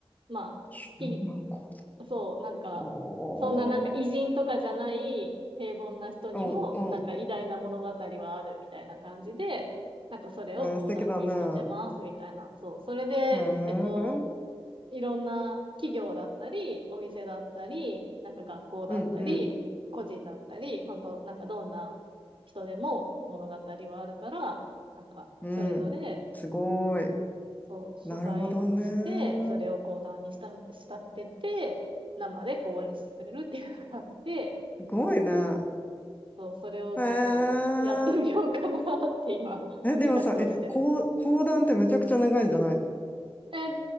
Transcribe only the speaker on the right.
まあ、
ひ、そう、なんか、
そんななんか偉人とかじゃない平凡な人にも、
なんか偉大な物語はあるみたいな感じで、なんかそれを講談に仕立てますみたいな。
そう、それで、
えっと、いろんな企業だったり、お店だったり、なんか学校だったり、
個人だったり、本当なんかどんな人でも物語はあるから、なんか、
それぞれ
そう、取材をして、
それを講談にした、仕立てて、生で講演してくれるっていうのがあって、
そう、それをちょっとやってみようかなって今、
<laughs>
企画をしてる。
え